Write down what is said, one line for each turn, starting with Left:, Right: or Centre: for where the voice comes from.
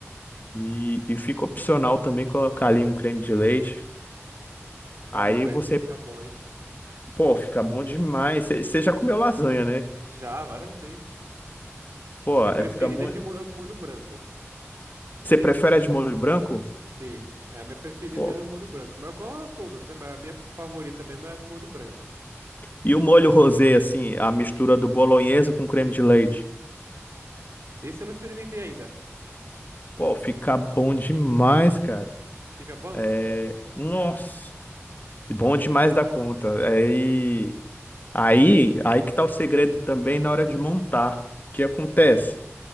Left: E, e fica opcional também colocar ali um creme de leite.
Right: Caramba,
Left: Aí você
Right: aí deve ficar bom, hein?
Left: Pô, fica bom demais. Você já comeu lasanha, né?
Right: Já, várias vezes.
Left: Pô,
Right: Minha
Left: é,
Right: preferida
Left: fica bom.
Right: é de molho, é do molho branco.
Left: Você prefere a de molho branco?
Right: Sim. É, a minha preferida
Left: Pô.
Right: é do molho branco. Mas eu como todas, né? Mas a minha favorita mesmo é a do molho branco.
Left: E o molho rosé, assim, a mistura do bolonhesa com creme de leite?
Right: Esse eu não experimentei ainda.
Left: Pô, fica bom demais, cara.
Right: Fica bom?
Left: É... Nossa, bom demais da conta. Aí, aí, aí que tá o segredo também na hora de montar. O que acontece?